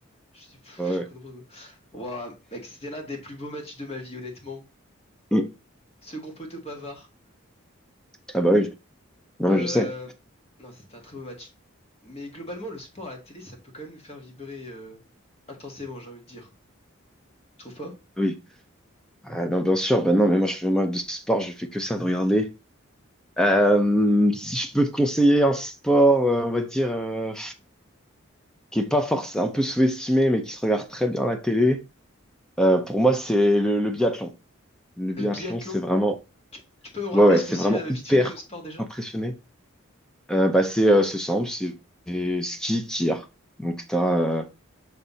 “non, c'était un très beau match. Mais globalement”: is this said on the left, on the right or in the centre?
Left